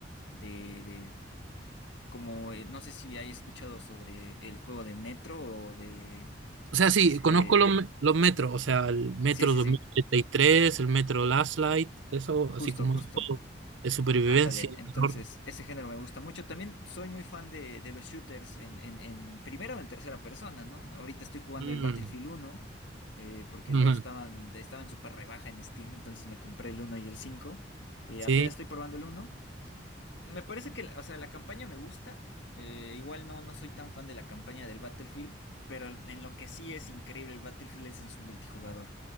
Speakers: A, on the left; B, on the right.
A: de, de, como, eh, no sé si hay escuchado sobre el juego de Metro o de,
B: O sea, sí,
A: este,
B: conozco los, me- los metros, o sea, el Metro
A: sí, sí,
B: dos
A: sí,
B: mil treinta y tres el Metro Last Light, eso,
A: justo,
B: así como
A: justo.
B: eso de supervivencia.
A: Ándale, entonces
B: terror.
A: ese género me gusta mucho. También soy muy fan de, de los shooters en, en, en primera o en tercera persona, ¿no? Ahorita estoy jugando
B: Mm,
A: el Battlefield uno eh, porque
B: <laughs> ujú.
A: lo estaban, estaba en súper rebaja en Steam, entonces me compré el uno y el cinco Eh,
B: Sí,
A: apenas estoy probando el uno Me parece que, o sea, la campaña me gusta. eh, igual no, no soy tan fan de la campaña del Battlefield, pero en lo que sí es increíble el Battlefield es en su multijugador.